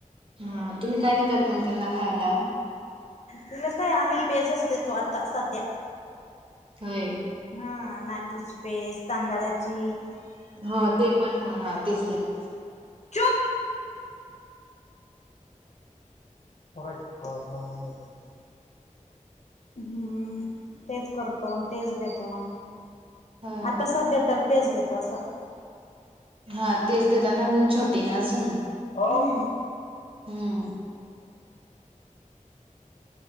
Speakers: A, on the right (about 40°); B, on the left (about 55°).
A: हा तुम्ही काय देतात मग त्यांना खायला?
B: तिला काय आम्ही पेजस देतो आता सध्या
A: होय.
B: हा नागलीची पेज, तांदळाची
A: हा ते पण होय हा तेच तेच
B: चूप <inaudible> हम्म, तेच करतो अन तेच देतो मग
A: हो.
B: आता सब देतल तेच देतो असं.
A: हा तेच देताना ग छोटी आहे ना अजून.
B: ओम.
A: हम्म.